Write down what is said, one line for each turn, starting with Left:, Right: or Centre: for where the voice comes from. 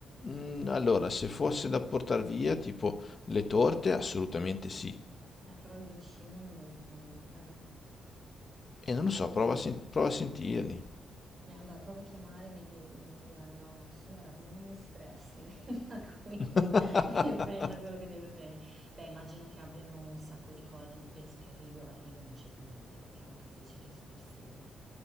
Left: Mm, Allora, se fosse da portare via, tipo le torte, assolutamente sì.
Right: Eh, però il dolcino non me lo fanno eh,
Left: E non lo so,
Right: mi
Left: prova
Right: sa
Left: a,
Right: che
Left: sen- prova a sentirli.
Right: eh, allora provo a chiamare, mi di mi mi diranno: "Signora non non mi stressi, <laughs> venga qui
Left: <laughs>
Right: e prenda quello che deve prendere". Beh, immagino che abbiano un sacco di cose, non penso che arrivo arrivo e non c'è più niente, perché è una pasticceria super seria.